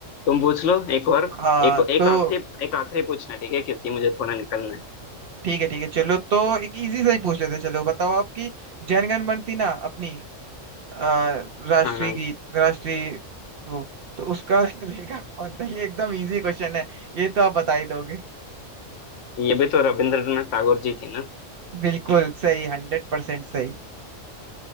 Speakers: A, on the left; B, on the right.
A: तुम पूछ लो एक और
B: हाँ
A: एक एक
B: तो
A: आखिरी एक आखिरी पूछना ठीक है क्योंकि मुझे थोड़ा निकलना है
B: ठीक है ठीक है चलो तो एक इजी सा ही पूछ लेते हैं। चलो बताओ आपकी जनगण बनती ना अपनी अ, राष्ट्रीय
A: हाँ हाँ।
B: गीत राष्ट्रीय वो तो उसका <laughs> लेखक कौन था ये एकदम इजी क्वेश्चन है ये तो आप बता ही दोगे
A: ये भी तो रविंद्रनाथ टैगोर जी थे ना
B: बिल्कुल सही हंड्रेड परसेंट सही